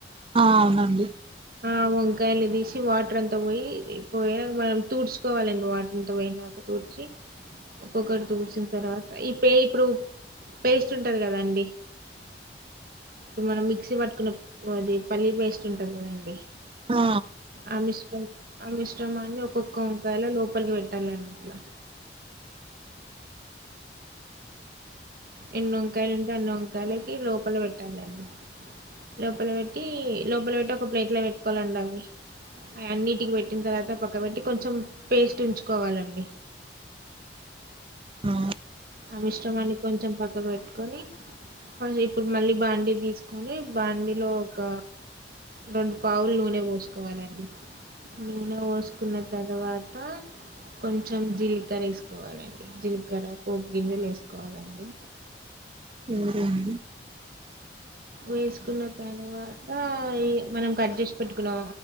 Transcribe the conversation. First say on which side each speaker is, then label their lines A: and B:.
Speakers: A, on the right; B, on the right.
A: ఆ అవునండి
B: ఆ వంకాయలు తీసి వాటర్ అంతా పోయి పోయ మనం తూడ్స్ కోవాలండి వాటరంత పోయేదాక తూడ్చి ఒక్కొక్కటి తూడ్చిన తర్వాత ఇ పే ఇప్పుడు పేస్ట్ ఉంటది కదండి ఇప్పుడు. మనం మిక్సీ పట్టుకున్న అది పల్లీ పేస్ట్ ఉంటది కదండ్
A: ఆ
B: ఆ మిశ్రం ఆ మిశ్రమాన్ని ఒక్కొక్క కాలో లోపలికి పెట్టాలన్నట్లా ఎన్ని వంకాయలు ఉంటే అన్ని వంకాయలకి లోపల పెట్టాలండి. లోపల పెట్టి లోపల పెట్టి ఒక ప్లేట్ల పెట్టుకోవాలండి అవి అయన్నిటికి పెట్టిన తర్వాత పక్కకు పెట్టి కొంచెం పేస్ట్ ఉంచుకోవాలండి
A: ఆ
B: ఆ మిశ్రమాన్ని కొంచెం పక్కకు పెట్టుకొని, కొంచెం ఇప్పుడు మళ్ళీ బాండి తీసుకొని బాండిలో ఒక రెండు పావులు నూనె పోసుకోవాలండి. నూనె పోసుకున్న తర్వాత కొంచెం జీలకర్ర వేసుకోవాలండి జీలకర్ర. ఓ గిన్నెలేసుకోవాలండి
A: ఎవరో అండి
B: వేసుకున్న తరవాత మనం కట్ చేసి పెట్టుకున్నా